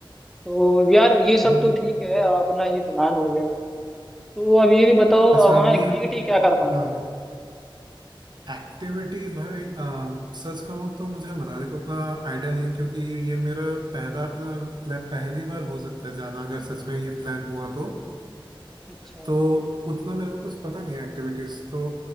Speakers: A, in the centre; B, on the right (about 55°).
A: तो यार ये सब
B: हम्म
A: तो ठीक है अपना ये प्लान हो गया तो अब ये भी बताओ
B: अच्छा
A: अब वहाँ
B: अब
A: एक्टिविटी
B: ये
A: क्या कर पाएंगे
B: हाँ एक्टिविटी भाई अ, सच कहूँ तो मुझे मनाली का उतना आइडिया नहीं है, क्योंकि ये मेरा पहला प्ला- प्ला- पहली बार हो सकता है जाना अगर सच में ये प्लान हुआ तो
A: अच्छा
B: तो उतना मेरे को कुछ पता नहीं है एक्टिविटीज तो